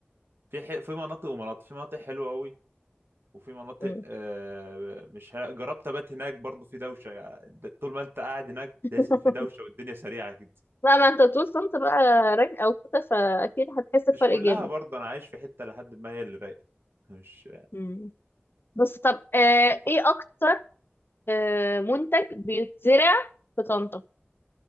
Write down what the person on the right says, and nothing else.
في ح... في مناطق ومناطق في مناطق حلوه قوي وفي مناطق
آه، مش حلوة. جربت ابات هناك برضه في دوشه يعني ده- طول ما انت قاعد هناك
تحس ان في دوشه والدنيا سريعه كده
مش كلها
برضه انا عايش في حته لحد ما هي اللي رايقه مش